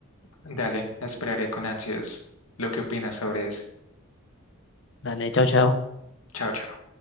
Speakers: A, on the left; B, on the left.
A: Dale, esperaré con ansias lo que opinas sobre eso.
B: Dale, chao, chao.
A: Chao, chao.